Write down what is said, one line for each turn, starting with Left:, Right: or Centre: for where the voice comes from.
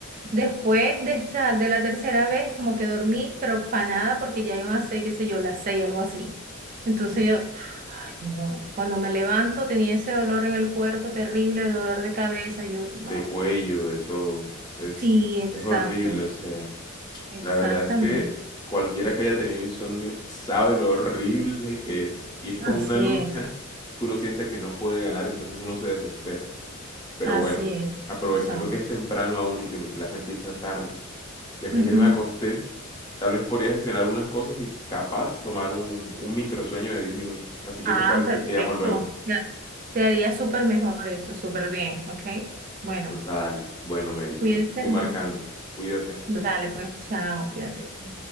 Right: Después de esa, de la tercera vez, como que dormí, pero para nada, porque ya iban a ser, qué sé yo, las seis, algo así. Entonces yo, <sighs> ay, no. Cuando me levanto tenía ese dolor en el cuerpo terrible, el dolor de cabeza. Yo, no.
Left: de cuello, de todo. Es,
Right: Sí, exacto,
Left: es horrible, o sea.
Right: exactamente.
Left: La verdad es que cualquiera que haya tenido insomnio sabe lo horrible que es. Y es
Right: Así
Left: como una lucha
Right: es,
Left: que uno siente que no puede ganar, entonces uno se desespera. Pero
Right: así
Left: bueno,
Right: es.
Left: aprovechando
Right: Eso.
Left: que es temprano aún y que mi clase empieza tarde, ya que
Right: Ujú.
Left: ayer me acosté, tal vez podría gestionar unas cosas y capaz tomar un, un microsueño de 10 minutos. Así que
Right: Ah,
Left: te parece
Right: perfecto.
Left: que te llamo luego.
Right: Ya. Te haría súper mejor eso, súper bien, ¿ok? Bueno,
Left: Total, bueno, Mary, entonces
Right: cuídate
Left: te estoy
Right: mucho.
Left: marcando. Cuídate.
Right: Dale, pues, chao, cuídate. chao.